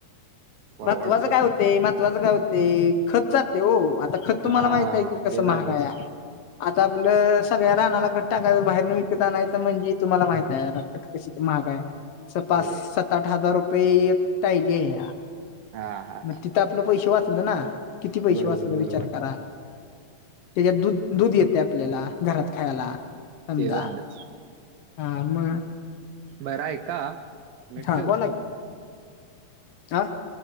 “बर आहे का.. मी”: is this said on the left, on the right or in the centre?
Right